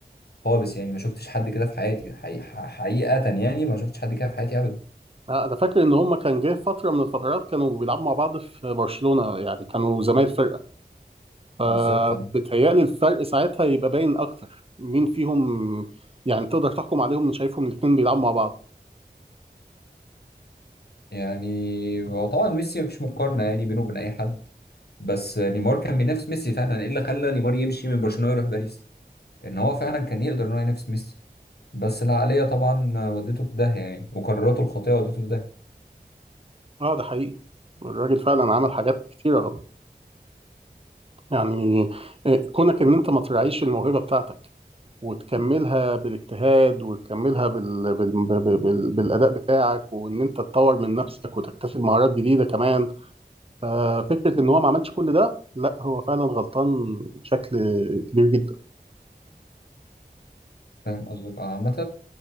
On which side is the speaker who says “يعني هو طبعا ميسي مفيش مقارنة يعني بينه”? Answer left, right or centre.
Left